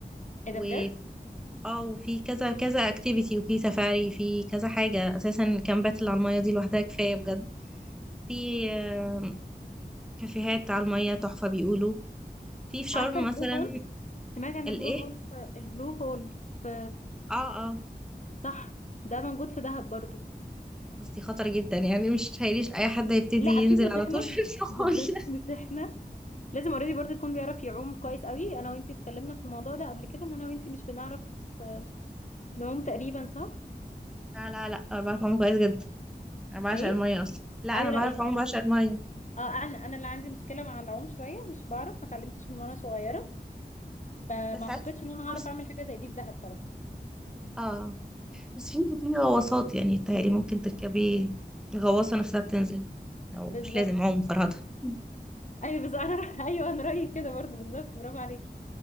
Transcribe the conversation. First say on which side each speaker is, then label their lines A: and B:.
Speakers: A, on the left (about 45°); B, in the centre.
A: ايه
B: و
A: ده بجد
B: اه وفي كذا كذا اكتيفيتي وفي سفاري في كذا حاجة أساسا كامبات اللي على المية دي لوحدها كفاية بجد في آه، كافيهات على المية تحفة بيقولوا في في شرم
A: عارفه البلو
B: مثلا
A: هول سمعت عن
B: الإيه
A: البلو هول في... البلو هول في
B: اه اه
A: صح ده موجود في دهب برضو
B: بس دي خطر جدا يعني مش تخيليش اي حد هيبتدي
A: لا
B: ينزل
A: اكيد مش
B: على
A: احنا
B: طول في الشغل
A: بالظبط
B: <laughs>
A: مش احنا لازم اوريدي برضه يكون بيعرف يعوم كويس قوي انا وانتي اتكلمنا في الموضوع ده قبل كده ان انا وانتي مش بنعرف آه، نعوم تقريبا صح
B: لا لا لا انا بعرف اعوم كويس جدا انا بعشق
A: ايه
B: الميه اصلا لا
A: ايوه
B: انا بعرف
A: لا ايوه
B: اعوم بعشق الميه
A: اه انا انا اللي عندي مشكله مع العوم شويه مش بعرف ما اتعلمتش من وانا صغيره فما
B: بس
A: اعتقدش
B: عايز
A: ان انا
B: فرصه
A: هعرف اعمل حاجه زي دي في دهب طبعا
B: اه بس في في غواصات يعني تهيألي ممكن تركبي الغواصه نفسها بتنزل او
A: بالظبط
B: مش لازم عوم فرهضه <laughs>
A: ايوه بس انا <laughs> رأ- ايوه انا رايي كده برضه بالظبط برافو عليكي